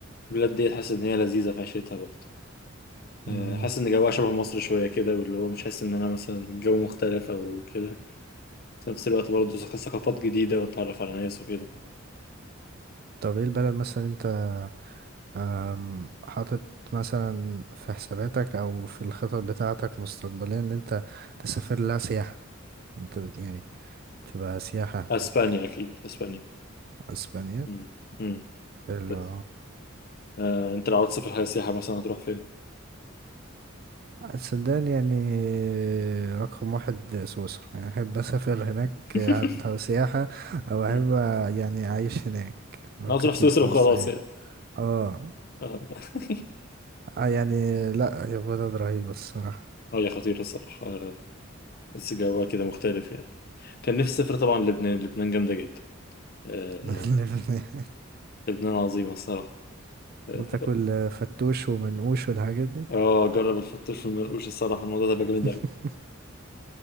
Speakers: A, on the left; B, on the right.
A: البلاد دي حاسس ان هي لذيذه في عيشتها برضه
B: مم.
A: آه، حاسس ان جوها شبه مصر شويه كده واللي هو مش حاسس ان انا مثلا الجو مختلف او كده في نفس الوقت برضه ثق- ثقافات جديدة وتتعرف على ناس وكده
B: طب ايه البلد مثلا انت أم، حاطط مثلا في حساباتك او في الخطط بتاعتك مستقبليا ان انت تسافر لها سياحة انت يعني تبقى سياحة هناك
A: أسبانيا أكيد أسبانيا
B: اسبانيا
A: مم. مم.
B: حلو
A: بس. آه، أنت لو عاوز تسافر حاجة سياحة مثلا هتروح فين؟
B: السودان يعني رقم واحد سويسرا يعني أحب أسافر هناك
A: <laughs>
B: عن- سياحة أو أحب
A: مم.
B: يعني أعيش هناك لو
A: أنا عاوز أروح
B: جات
A: سويسرا
B: لي الفرصة
A: وخلاص
B: يعني
A: يعني
B: اه
A: آه <laughs>
B: آه يعني لا يا بلد رهيبة الصراحة
A: آه، هي خطيرة الصراحة آه، بس جوها كده مختلف يعني كان نفسي أسافر طبعا لبنان لبنان جامدة جدا آه،
B: <laughs>
A: لبنان عظيمة الصراحة آه
B: وتاكل فتوش ومنقوش والحاجات دي
A: آه، آه، جرب الفتوش والمنقوش الصراحة الموضوع ده بقى جامد
B: <laughs>
A: أوي